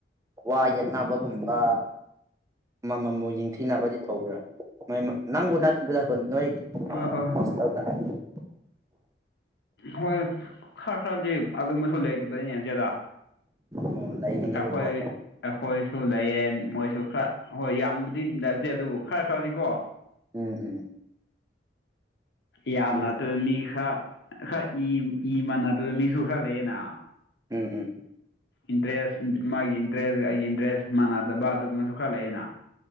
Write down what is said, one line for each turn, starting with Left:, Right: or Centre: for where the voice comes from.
Right: ꯋꯥ ꯌꯠꯅꯥꯕꯒꯨꯝꯕ ꯑꯃꯃꯝꯕꯨ ꯌꯦꯡꯊꯤꯅꯕꯗꯤ ꯇꯧꯕ꯭ꯔꯥ ꯅꯪꯕꯨ ꯅꯠꯇꯕꯗ ꯅ
Left: ꯍꯣꯏ ꯍꯣꯏ
Right: <unintelligible>
Left: ꯍꯣꯏ ꯈꯔ ꯈꯔꯗꯤ ꯑꯗꯨꯝꯕꯁꯨ ꯂꯩꯇꯕ ꯅꯠꯇꯦꯗ
Right: ꯑꯣ ꯂꯩꯒꯅꯦꯕꯀꯣ
Left: ꯑꯩꯈꯣꯏ ꯑꯩꯈꯣꯏꯁꯨ ꯂꯩꯌꯦ ꯃꯣꯏꯁꯨ ꯈꯔ ꯍꯣꯏ ꯌꯥꯝꯕꯗꯤ ꯅꯠꯇꯦ ꯑꯗꯨꯕꯨ ꯈꯔ ꯈꯔꯗꯤꯀꯣ
Right: ꯎꯝ ꯎꯝ
Left: ꯌꯥꯝꯅꯗꯕ
Right: ꯎꯝ ꯎꯝ
Left: ꯃꯤ ꯈꯔ ꯈꯔ ꯏ ꯏ ꯃꯥꯟꯅꯗꯕ ꯃꯤꯁꯨ ꯈꯔ ꯂꯩꯌꯦꯅ
Right: ꯎꯝ ꯎꯝ
Left: ꯏꯟꯇꯔꯦꯁ ꯃꯥꯒꯤ ꯏꯟꯇꯔꯦꯁ ꯑꯩꯒꯤ ꯏꯟꯇꯔꯦꯁ ꯃꯥꯟꯅꯗꯕ ꯑꯗꯨꯒꯨꯝꯕꯁꯨ ꯈꯔ ꯂꯩꯌꯦꯅꯥ